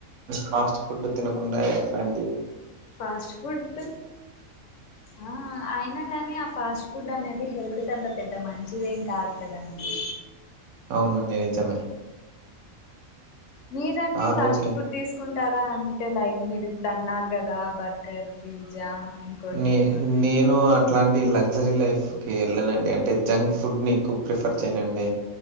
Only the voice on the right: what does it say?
ఫాస్ట్ ఫుడ్ తినకుండా ఎట్లాంటి
అవునండి నిజమే
ఆరోగ్య
నే
నేను అట్లాంటి లా లగ్జరీ లైఫ్ కి వెళ్ళనండి అంటే జంక్ ఫుడ్ ని ఎక్కువ ప్రిఫర్ చేయనండి